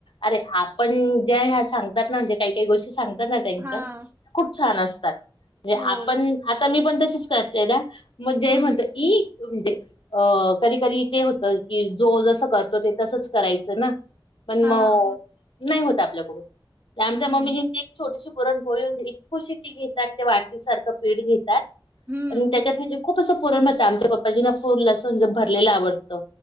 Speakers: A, on the left; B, on the right.
A: अरे आपण ज्या ह्या सांगतात ना, म्हणजे काही काही गोष्टी सांगतात असतात ना त्यांच्या
B: हां.
A: खूप छान असतात. म्हणजे
B: हो.
A: आपण आता मी पण तशीच करते ना. मग जय
B: हं.
A: म्हणतो, ई अ कधी कधी ते होतं की जो जस करतो, ते तसंच करायचं ना. पण
B: हां.
A: मग नाही होत आपल्याकडून. आमच्या
B: हं.
A: मम्मीजींची छोटीशी पुरण पोळी, खुशीची घेतात. त्या वाटीसारखं प्लेट घेतात.
B: हं.
A: आणि त्याच्यात म्हणजे खूप असं पुरण भरतात. आमच्या पप्पाजीना पूर्ण अस भरलेलं आवडतं.